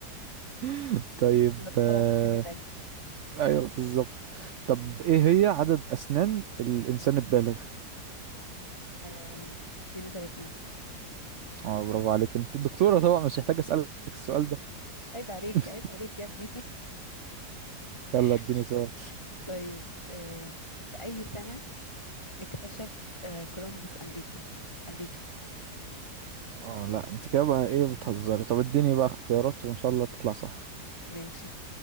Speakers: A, on the right; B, on the left.
A: <laughs> طيب
B: نتفوق
A: آه
B: في حاجة تانية
A: أيوه بالظبط طب إيه هي عدد أسنان الإنسان البالغ
B: أم... 32
A: اه برافو عليك انت الدكتورة طبعا مش محتاج أسألك السؤال ده
B: عيب عليك
A: <laughs>
B: عيب عليك يا ابني <laughs>
A: يلا اديني سؤال
B: طيب أه... في أي سنة اكتشف أه... كولومبوس أمريكا أمريكا
A: اه لا انت كده بقى ايه بتهزري طب اديني بقى اختيارات وان شاء الله تطلع صح
B: ماشي